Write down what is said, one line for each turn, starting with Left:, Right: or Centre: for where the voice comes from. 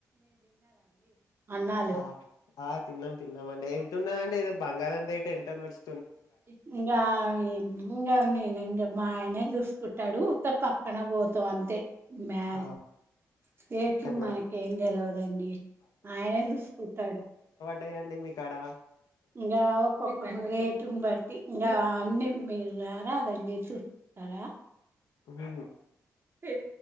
Right: అన్నాలు
Left: ఆ ఆ తిన్నాం తిన్నామ అండి ఎంతన్నాదండి ఇది బంగారం రేట్ తన వార్డ్
Right: ఇకా ఇంకా నేను ఇం మా ఆయనే చూసుకుంటాడు తప్ప పక్కన పోత అంతే మ్యాచ్
Left: ఆ
Right: రేట్లు
Left: అక్కడనా
Right: మనకు ఏం తెలియదండి ఆయనే చూసుకుంటాడు
Left: డ అండి మీ కాడ
Right: ఇంకా ఒక్కొక్క రేటుని బట్టి ఇంకా అన్ని మీరు రారా రండి చూస్తారా
Left: మ్మ్
Right: పె